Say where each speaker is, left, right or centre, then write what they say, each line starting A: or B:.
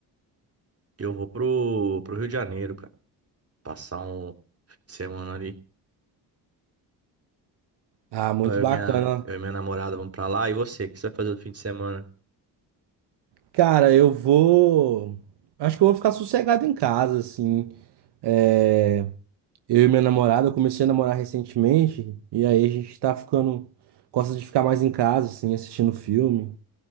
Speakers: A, on the right; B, on the right.
A: E eu vou pro, pro Rio de Janeiro, cara. Passar um fim de semana ali.
B: Ah, muito
A: Vai Eu
B: bacana.
A: e minha, eu e minha namorada vamos pra lá. E você, o que você vai fazer no fim de semana?
B: Cara, eu vou. Acho que eu vou ficar sossegado em casa, assim. É, Eu e minha namorada, eu comecei a namorar recentemente, e aí a gente tá ficando. Gosta de ficar mais em casa, assim, assistindo filme,